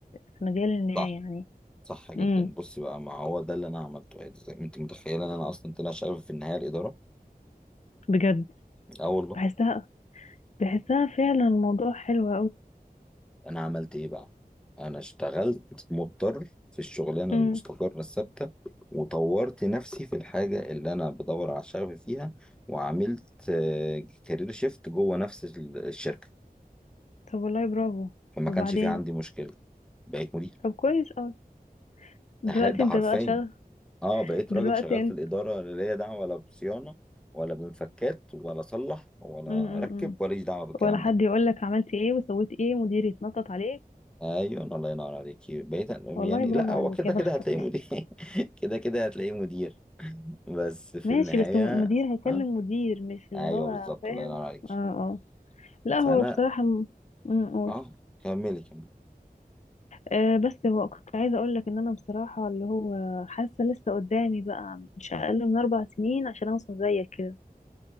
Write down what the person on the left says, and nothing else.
في مجال ما
يعني
امم
بجد
بحسها بحسها فعلا الموضوع حلو
قوي
طب والله برافو
وبعدين
طب كويس قوي دلوقتي
انت
بقى شغل
دلوقتي
انت
م -م
-م.
ولا حد
يقول لك عملت ايه وسويت ايه مدير يتنطط عليك
والله
برافو
عليك
يا بختك
ماشي
بس م- مدير هيكلم
مدير مش اللي
هو
فاهم
اه اه لا
هو بصراحة م- م- قول
آه بس هو كنت عايزة اقول لك ان انا بصراحة اللي هو حاسة لسه قدامي بقى مش اقل من اربع سنين عشان اوصل زيك كده